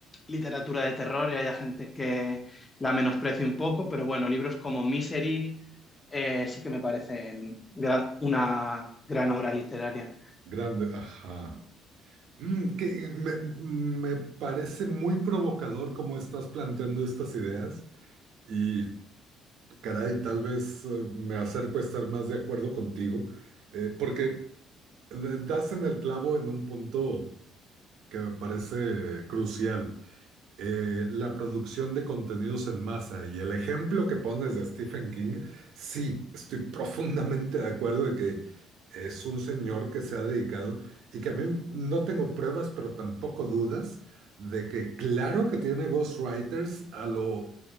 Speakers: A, on the left; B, on the right.
A: literatura de terror y haya gente que la menosprecie un poco, pero bueno, libros como Misery eh, sí que me parecen gran- una gran obra literaria.
B: grande, ajá. Mm, que me, me parece muy provocador cómo estás planteando estas ideas y caray, tal vez eh, me acerco a estar más de acuerdo contigo, eh, porque eh, das en el clavo en un punto que me parece crucial eh, la producción de contenidos en masa y el ejemplo que pones de Stephen King, sí, estoy <laughs> profundamente de acuerdo de que es un señor que se ha dedicado y que a mí no tengo pruebas, pero tampoco dudas de que claro que tiene ghostwriters a lo